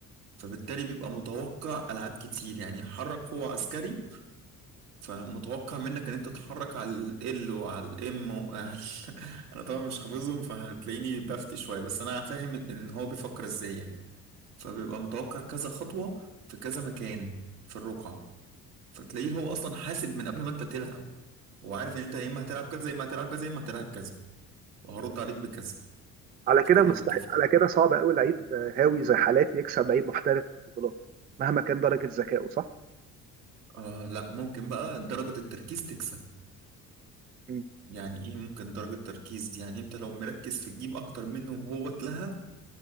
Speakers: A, on the right (about 75°); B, on the right (about 20°).
A: فبالتالي بيبقى متوقع العاب كتير يعني حرك هو عسكري فمتوقع منك ان انت تتحرك على ال وعلى الام وعلى <laughs> انا طبعا مش حافظهم فهتلاقيني بفتي شوية بس انا فاهم ان هو بيفكر ازاي يعني. فبيبقى متوقع كذا خطوة في كذا مكان في الرقعة فتلاقيه هو أصلا حاسب من قبل ما أنت تلعب وعارف إن أنت يا إما هتلعب كذا يا إما هتلعب كذا يا إما هتلعب كذا وهرد عليك بكذا
B: على
A: في
B: كده
A: كل
B: مستحيل
A: خطوة فيه.
B: على كده صعب قوي لعيب هاوي زي حالاتي يكسب لعيب محترف في البطولات مهما كان درجه ذكائه صح
A: آه لا ممكن بقى درجة التركيز تكسب
B: مم.
A: يعني إيه ممكن درجة تركيز يعني أنت لو مركز في الجيم أكتر منه وهو اتلهى